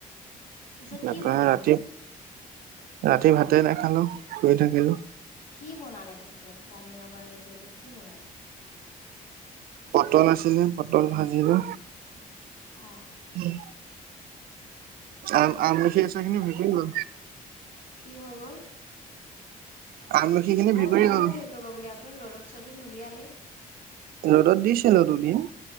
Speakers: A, on the left (about 55°); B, on the right (about 80°).
A: তাৰপিছত
B: তাৰপৰা
A: কি বনালে
B: ৰাতি, ৰাতি ভাতে নাখালো শুই থাকিলো।
A: কি বনালে তাৰপিছত, দালি নবনালে যদি কি বনালে?
B: পটল আছিলে পটল ভাজিলো।
A: অঁ।
B: উম, আ আমলখিৰ আচাৰখিনি <unintelligible> গ'ল।
A: কি হৈ গ'ল?
B: আমলখি খিনি
A: মই
B: ভেকুৰি
A: জানোৱে
B: গ'ল
A: ভিৰ পৰিব বুলি আপুনি ৰ'দত-চ'দত নুলিয়ালে।
B: ৰ'দত দিছিলো দুদিন।